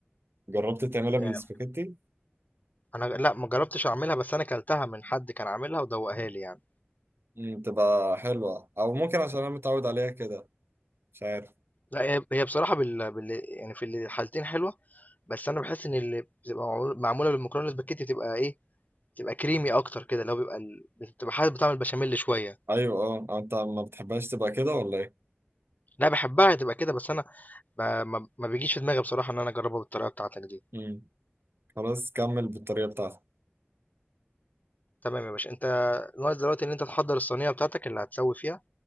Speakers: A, on the right; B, on the left.
A: جربت تعملها
B: يعني
A: بالسباكيتي
B: انا لا ما جربتش اعملها بس انا كلتها من حد كان عاملها ودوقها لي يعني
A: امم تبقى حلوه او ممكن عشان انا متعود عليها كده مش عارف
B: لا هي هي بصراحة بال... بال... يعني في الحالتين حلوة بس انا بحس ان اللي بتبقى معمول- معمولة بالمكرونة الاسباجيتي بتبقى ايه بتبقى كريمي اكتر كده لو بيبقى ال... بتبقى حاسس بطعم البشاميل شوية
A: ايوه اه أو انت ما بتحبهاش تبقى كده ولا ايه
B: لا بحبها تبقى كده بس انا ما ما ما بيجيش في دماغي بصراحة إن أنا أجربها بالطريقة بتاعتك دي
A: امم خلاص كمل بالطريقه بتاعتك
B: تمام يا باشا أنت ناقص دلوقتي إن أنت تحضر الصينية بتاعتك اللي هتسوي فيها